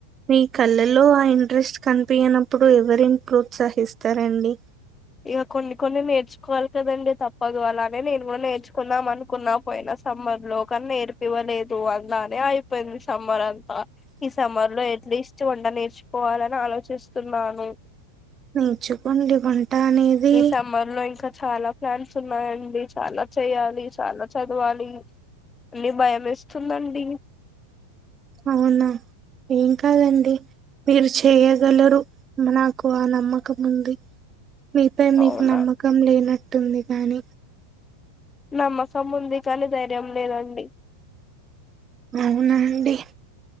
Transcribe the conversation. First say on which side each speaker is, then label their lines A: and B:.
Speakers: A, on the right; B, on the left.
A: మీ కళ్ళల్లో ఆ ఇంట్రెస్ట్ కనిపియనప్పుడు ఎవరేం ప్రోత్సహిస్తారండి
B: ఇక కొన్ని కొన్ని నేర్చుకోవాలి కదండి తప్పదు. అలానే నేను కూడా నేర్చుకుందాం అనుకున్నా పోయిన సమ్మర్ లో. కానీ నేర్పివ్వలేదు అలానే అయిపోయింది సమ్మర్ అంతా. ఈ సమ్మర్ లో ఎట్లీస్ట్ వంట నేర్చుకోవాలని నేర్చుకోవాలని ఆలోచిస్తున్నాను
A: నేర్చుకోండి వంట అనేది
B: ఈ సమ్మర్ లో ఇంకా చాలా ప్లాన్స్ ఉన్నాయండి చాలా చెయ్యాలి చాలా చదవాలి అన్ని భయమేస్తుందండి
A: అవునా ఏం కాదండి మీరు చేయగలరు నాకు ఆ నమ్మకం ఉంది మీపై మీకు
B: అవునా
A: నమ్మకం లేనట్టు ఉంటుంది కానీ
B: నమ్మకం ఉంది కానీ ధైర్యం లేదండి
A: అవునా అండి